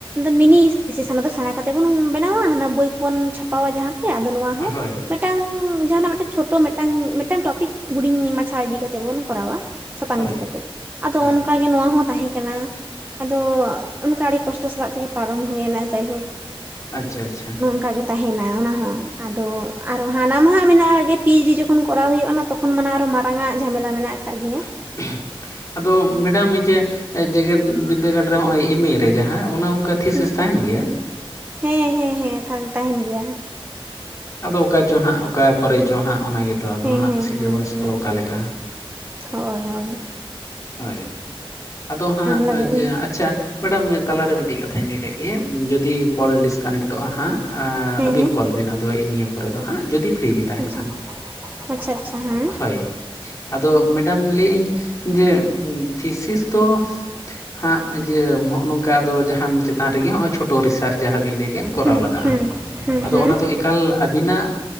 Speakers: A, on the right; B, on the left.
A: ᱢᱤᱱᱤ ᱤᱥᱛᱷᱤᱥᱤᱥ ᱚᱱᱟ ᱫᱚ ᱥᱮᱬᱟ ᱠᱟᱛᱮ ᱵᱚᱱ ᱵᱮᱱᱟᱣᱟ ᱦᱟᱱᱟ ᱵᱳᱭ ᱠᱚᱵᱚᱱ ᱪᱷᱟᱯᱟᱣᱟ ᱡᱟᱦᱟᱸ ᱛᱮ ᱟᱫᱚ ᱱᱚᱣᱟ ᱦᱚᱸ
B: ᱦᱳᱭ
A: ᱴᱟᱝ ᱡᱟᱦᱟᱸᱱᱟᱜ ᱢᱤᱫᱴᱟᱝ ᱪᱷᱳᱴᱳ ᱢᱮᱫᱴᱟᱝ ᱢᱤᱫᱴᱟᱝ ᱴᱚᱯᱤᱠ ᱦᱩᱰᱤᱧ ᱢᱟᱪᱷᱟ ᱤᱫᱤ ᱠᱟᱛᱮ ᱵᱚᱱ ᱠᱚᱨᱟᱣᱟ ᱾ ᱥᱟᱛᱟᱢ
B: ᱦᱳᱭ
A: ᱤᱫᱤ ᱠᱟᱛᱮᱫ ᱟᱫᱚ
B: ᱦᱮᱸ
A: ᱚᱱᱠᱟ ᱜᱮ ᱱᱚᱣᱟ ᱦᱚᱸ ᱛᱟᱦᱮᱸ ᱠᱟᱱᱟ ᱟᱫᱚ ᱚᱱᱠᱟ ᱟᱹᱰᱤ ᱠᱚᱥᱴᱚ ᱥᱟᱞᱟᱜ ᱛᱮᱜᱮ ᱯᱟᱨᱚᱢ ᱦᱩᱭᱱᱟ ᱡᱟᱭᱦᱳᱠ ᱾
B: ᱟᱪᱪᱷᱟ ᱟᱪᱪᱷᱟ ᱾
A: ᱚᱱᱠᱟ ᱜᱮ ᱛᱟᱸᱦᱮᱱᱟ ᱚᱱᱟ ᱦᱚᱸ ᱟᱫᱚ ᱟᱨᱚ ᱦᱟᱱᱟ ᱢᱟᱦᱟᱜ ᱢᱮᱱᱟᱜ ᱠᱟᱜ-ᱜᱮ, ᱯᱤ ᱮᱭᱤᱪ ᱰᱤ ᱡᱚᱠᱷᱚᱱ ᱠᱚᱨᱟᱣ ᱦᱩᱭᱩᱜᱼᱟ ᱱᱟᱜ ᱛᱚᱠᱷᱚᱱ ᱛᱚᱠᱷᱚᱱ ᱢᱟ ᱱᱟᱸᱜ ᱟᱨᱚ ᱢᱟᱨᱟᱝ ᱟᱜ ᱡᱷᱟᱢᱮᱞᱟ ᱢᱮᱱᱟᱜ ᱟᱠᱟᱫ ᱜᱮᱭᱟ ᱾
B: <unintelligible> ᱟᱫᱚ ᱢᱮᱰᱟᱢ ᱤᱡᱟᱹ ᱡᱮᱸᱜᱮᱫ ᱵᱤᱫᱽᱫᱟᱹᱜᱟᱲ ᱨᱮ ᱱᱚᱜᱼᱚᱭ ᱮᱢ ᱮ ᱨᱮ ᱡᱟᱦᱟᱸ ᱚᱱᱟ ᱚᱱᱠᱟ ᱛᱷᱤᱥᱤᱥ
A: ᱦᱩᱸ
B: ᱛᱟᱸᱦᱮᱱ ᱜᱮᱭᱟ?
A: ᱦᱮᱸ ᱦᱮᱸ ᱦᱮᱸ ᱛᱟᱸᱦᱮᱱ ᱜᱮᱭᱟ ᱾
B: ᱟᱫᱚ ᱚᱠᱟ ᱪᱚ ᱦᱟᱸᱜ ᱚᱠᱟ ᱠᱚᱨᱮ ᱪᱚ ᱦᱟᱸᱜ ᱚᱱᱟ ᱜᱮᱛᱚ ᱟᱫᱚ
A: ᱦᱮᱸ
B: ᱦᱟᱸᱜ
A: ᱦᱮᱸ
B: ᱥᱤᱞᱮᱵᱟᱥ
A: ᱦᱮᱸ ᱦᱮᱸ
B: ᱠᱚ ᱚᱠᱟᱞᱮᱠᱟ?
A: ᱦᱳᱭ ᱦᱳᱭ ᱾
B: ᱦᱳᱭ, ᱟᱫᱚ ᱦᱟᱸᱜ
A: ᱞᱟᱹᱜᱤᱫ
B: ᱡᱮ
A: ᱜᱮ
B: ᱟᱡ ᱟᱪᱪᱷᱟ ᱢᱮᱰᱟᱢ ᱛᱟᱞᱟᱨᱮ ᱢᱤᱴᱤᱡ ᱠᱟᱛᱷᱟᱧ ᱞᱟᱹᱭ ᱞᱮᱫ ᱜᱮ ᱡᱩᱫᱤ ᱠᱚᱞ ᱰᱤᱥᱠᱟᱱᱮᱠᱴᱚᱜ-ᱟ ᱦᱟᱸᱜ ᱟᱻ
A: ᱦᱮᱸ
B: ᱟᱹᱵᱤᱱ
A: ᱦᱮᱸ
B: ᱠᱚᱞ ᱵᱤᱱ ᱟᱫᱚ ᱤᱱᱤᱭᱟᱹ ᱯᱚᱨᱮ ᱫᱚ ᱦᱟᱸᱜ ᱡᱩᱫᱤ ᱯᱷᱨᱤ ᱵᱤᱱ ᱛᱟᱦᱮᱱ
A: ᱟᱪᱪᱷᱟ
B: ᱠᱷᱟᱱ
A: ᱟᱪᱪᱷᱟ ᱟᱪᱪᱷᱟ ᱦᱮᱸ
B: ᱦᱳᱭ ᱾ ᱟᱫᱚ ᱢᱮᱰᱟᱢ ᱞᱟᱹᱭᱮᱜ-ᱟᱹᱧ ᱡᱮ ᱛᱷᱤᱥᱤᱥ ᱫᱚ ᱦᱟᱸᱜ ᱤᱡᱟᱹ ᱦᱚᱜ-ᱚ ᱱᱚᱝᱠᱟ ᱟᱫᱚ ᱡᱟᱦᱟᱱ ᱪᱮᱛᱟᱱ ᱨᱮᱜᱮ ᱦᱚᱜ-ᱚᱭ ᱪᱷᱚᱴᱳ ᱨᱤᱥᱟᱨᱪ ᱡᱟᱦᱟᱸ ᱵᱤᱱ ᱞᱟᱹᱭ ᱠᱮᱫ ᱠᱚᱨᱟᱣ
A: ᱦᱮᱸ
B: ᱞᱟᱜᱟᱜ-ᱟ,
A: ᱦᱮᱸ ᱦᱮᱸ
B: ᱟᱫᱚ
A: ᱦᱮᱸ
B: ᱚᱱᱟ ᱫᱚ ᱮᱠᱟᱞ ᱟᱵᱤᱱᱟᱜ